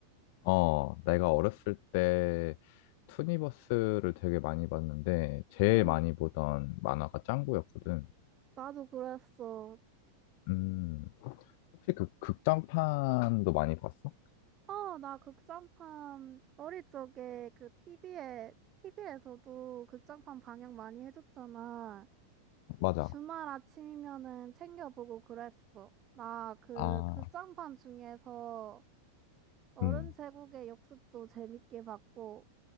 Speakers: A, on the left; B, on the right.
A: 어, 내가 어렸을 때 투니버스를 되게 많이 봤는데 제일
B: 응,
A: 많이 보던 만화가 짱구였거든.
B: 나도 그랬어.
A: 음, 혹시 그 극장판도 많이 봤어?
B: 어, 나 극장판 어릴 적에 그 TV에, TV에서도 극장판 방영 많이 해줬잖아.
A: 맞아.
B: 주말 아침이면은 챙겨보고 그랬어. 나 그
A: 아,
B: 극장판 중에서 어른
A: 음,
B: 제국의 역습도 재밌게 봤고,